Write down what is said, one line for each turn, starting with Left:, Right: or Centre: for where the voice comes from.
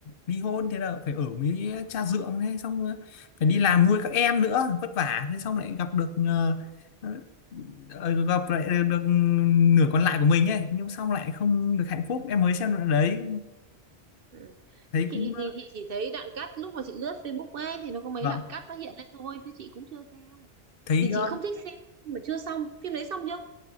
Left: ly hôn thế là phải ở với cha dượng thế xong ờ, phải đi làm nuôi các em nữa vất vả thế xong lại gặp được ờ, ờ, ờ, gặp lại được nửa còn lại của mình ấy nhưng xong lại không được hạnh phúc em mới xem đoạn đấy
Right: Ừ.
Left: thấy
Right: chị
Left: cũng
Right: thì chị chỉ thấy đoạn cắt lúc mà chị lướt Facebook ấy thì nó có mấy
Left: vâng
Right: đoạn cắt nó hiện lên thôi chứ chị cũng chưa xem
Left: thấy
Right: tại vì chị
Left: ờ,
Right: không thích xem phim mà chưa xong phim đấy xong chưa